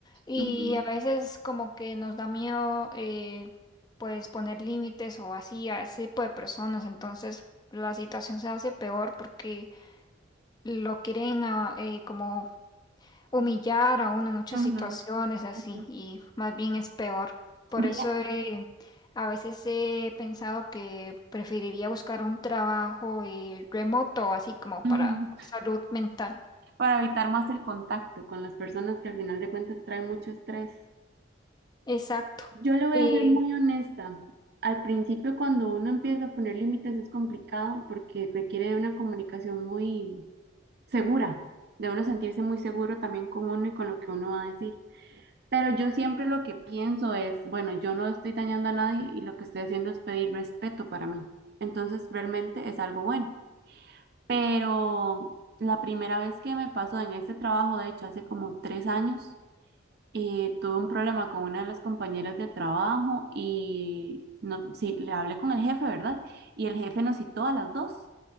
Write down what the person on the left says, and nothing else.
y
a veces como que nos da miedo, eh, pues, poner límites o así a ese tipo de personas, entonces la situación se hace peor porque lo quieren a- eh, como humillar a uno en muchas
situaciones así,
y más bien es peor. Por
eso eh, a veces he pensado que preferiría buscar un trabajo eh, remoto, así como
para salud mental.
Exacto.
y